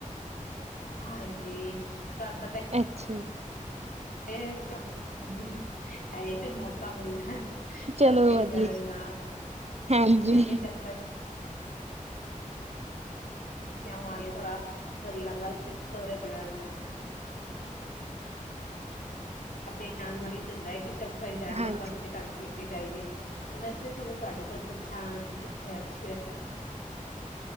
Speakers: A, on the left; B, on the right.
A: ਹਾਂਜੀ ਤੁਹਾਨੂੰ ਪਤਾ।
B: ਅੱਛਾ ਜੀ
A: ਇਹ ਤੇ ਮੌਕਾ ਮਿਲਦਾ। ਸ਼ੋਪਿੰਗ
B: ਚਲੋ ਵਧੀਆ
A: ਕਰਨ ਦਾ
B: ਹਾਂਜੀ
A: ਮੈਂ ਕਿਹਾ ਚੱਲ ਭੱ ਅਛਿਆ ਹੋਗੇ ਥੋੜਾ ਪਰਿਵਾਰ ਵਾਸਤੇ ਸ ਪਰਿਵਾਰ ਪਾੇ ਕਹਿਣ ਨਾਲ ਹੀ ਤੇ ਹੁੰਦਾ ਕਿ ਚੌਖਾ ਦਦੀ
B: ਹਾਂਜੀ,
A: ਆਪਾ ਵਾਸਤੇ ਕਰਕੇ ਖਿਲ ਕੇ ਜਾਈਏ ਤੇ ਮੈਂ ਚਲੋ ਤੁਹਾਡੇ ਕੋਲ ਪੁੱਛਾਂ ਕਿ ਕਿੱਥੇ ਅੱਛੀ